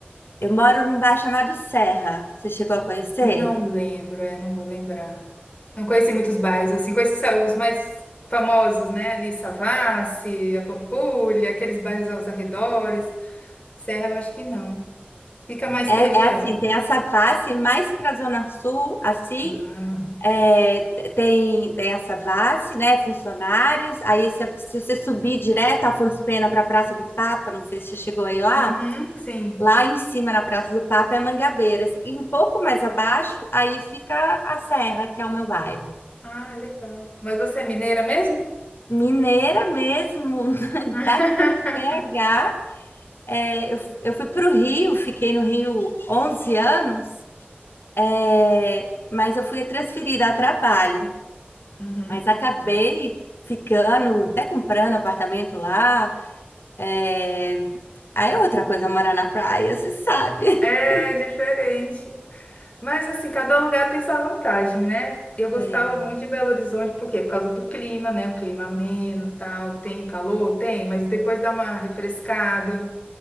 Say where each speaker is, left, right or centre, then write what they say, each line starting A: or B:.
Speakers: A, on the left; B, on the left.
A: Eu moro num bairro chamado Serra. Você chegou a conhecer?
B: Não lembro, é, não vou lembrar. Não conheci muitos bairros, assim, conheci só os mais famosos, né? Ali, Savassi, a Pampulha, aqueles bairros aos arredores. Serra, eu acho que não. Fica mais
A: É,
B: que região.
A: é assim, tem essa face mais para a Zona Sul, assim.
B: Ah,
A: é, tem, tem essa face, né? Funcionários. Aí, se, se você subir direto a Afonso Pena para a Praça do Papa, não sei se você chegou aí lá,
B: Uhum, sim.
A: Lá em cima, na Praça do Papa, é Mangabeiras. E um pouco mais abaixo, aí fica a Serra, que é o meu bairro.
B: Ah, legal. Mas você é mineira mesmo?
A: Mineira mesmo, <laughs>
B: <laughs>
A: daqui de BH. É, eu, eu fui para o Rio, fiquei no Rio 11 anos, é, mas eu fui transferida a trabalho.
B: uhum.
A: Mas acabei ficando, até comprando apartamento lá. É, aí é outra coisa morar na praia, você sabe.
B: É
A: <laughs>
B: diferente. Mas assim, cada lugar tem sua vantagem, né? Eu gostava
A: É,
B: muito de Belo Horizonte, por quê? Por causa do clima, né? O clima ameno, tal. Tem calor? Tem, mas depois dá uma refrescada.